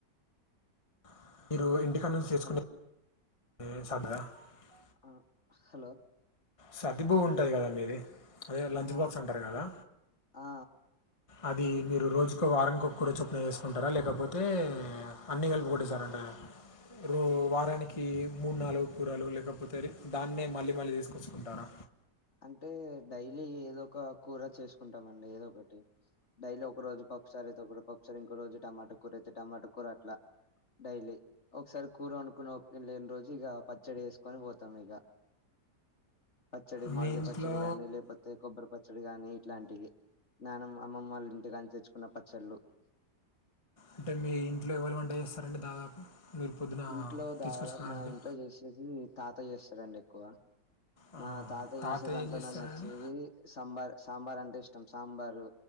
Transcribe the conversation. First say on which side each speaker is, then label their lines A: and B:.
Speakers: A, on the left; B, on the left.
A: <unintelligible>
B: హలో ఆ హలో
A: సర్తి భు ఉంటుంది కదా మీది అదే లంచ్
B: ఆ
A: బాక్స్ అంటారు కదా
B: ఆ
A: అది మీరు రోజుకో వారంకో కూడా చొప్పున చేసుకుంటారా లేకపోతే అన్ని కలుపు కొట్టసారంటారు
B: <inaudible>
A: రో వారాని కి మూడు నాలుగు కూరలు లేకపోతే దాన్నే మళ్ళీ మళ్ళీ తీసుకొచ్చుకుంటారా
B: అంటే డైలీ ఏదో ఒక కూర చేసుకుంటామండి ఏదో ఒకటి డైలీ ఒక రోజు పప్పుసారి అయితే ఒక పప్పుసారి ఇంకో రోజు టమాట కూర అయితే టమాటో కూర అట్లా డైలీ ఒకసారి కూర అనుకుని ప్పుని లేని రోజు ఇక పచ్చడి వేసుకొని పోతాం ఇక పచ్చడి మడక
A: మీ ఇంట్లో
B: పచ్చడి గాని లేకపోతే కొబ్బరి పచ్చడి గాని ఇట్లాంటివి <unintelligible> అమ్మమ్మ వాళ్ళు ఇంటి కాని తెచ్చుకున్న పచ్చళ్ళు
A: అంటే మీ ఇంట్లో ఎవరు వంట చేస్తారంటడి దాదాపు మీరు పొద్దున
B: ఇంట్లో దాదా
A: తీసుకొచ్చుకోవడానికి
B: మా ఇంట్లో చేసేది తాత చేస్తారండి ఎక్కువ
A: ఆ,
B: మా తాత
A: తాతయ్య
B: చేసే దాంట్లో
A: ఏం చేస్తారండి
B: నాకు నచ్చేది సాంబార్ సాంబార్ అంటే ఇష్టం సాంబారు